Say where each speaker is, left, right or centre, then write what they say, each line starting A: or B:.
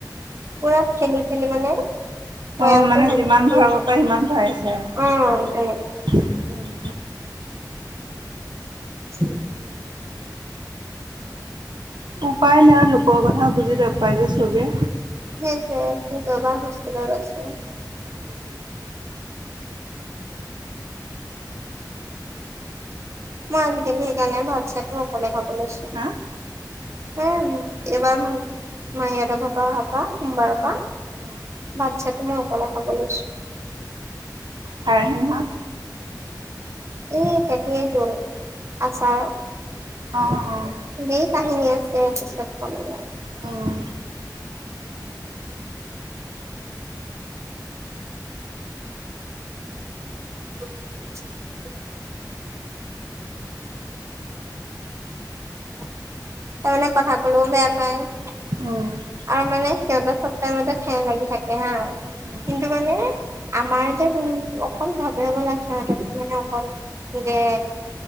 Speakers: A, on the right (about 40°); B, on the right (about 80°).
A: পুৰা ঠেলি ঠেলি মানে। বৈয়ামটো
B: অ' মানে যিমান
A: শেষ
B: ভৰাব পাৰে সিমান ভৰাইছে আৰু,
A: অ তেনেকে
B: উম'।
A: আছেনে?
B: উপায় নাই লোকৰ কথা বুজি নাপায় যে চবে।
A: সেইটোৱে কি ক'বা
B: উম,
A: হোষ্টেলত আছো।
B: সেইটোৱে।
A: মই আজিকালি সেইকাৰণে ভাত চাতো অকলে খাব লৈছোঁ।
B: হা?
A: ময় এইবাৰ মাঁহি হতৰ ঘৰৰপৰা অহা পা সোমবাৰৰ
B: উম
A: পা-
B: উম
A: ভাত চাতো মই অকলে খাব লৈছোঁ।
B: হয় সিহঁত-
A: এই সেইটোৱেটো, আছাৰৰ।
B: অঁ অঁ।
A: দেই কাহিনী আছে পিছত কম দিয়া।
B: উম
A: <unintelligible> তাৰমানে কথা কলও বেয়া পায়।
B: অঁ'।
A: আৰু মানে সিহঁতৰ চব টাইমতে ঠেহ লাগি থাকে হাঁ-
B: উম
A: কিন্তু মানে আমাৰ যে কোন অকল ভাৱে হ'বলা সিহঁতক মানে অকল- যে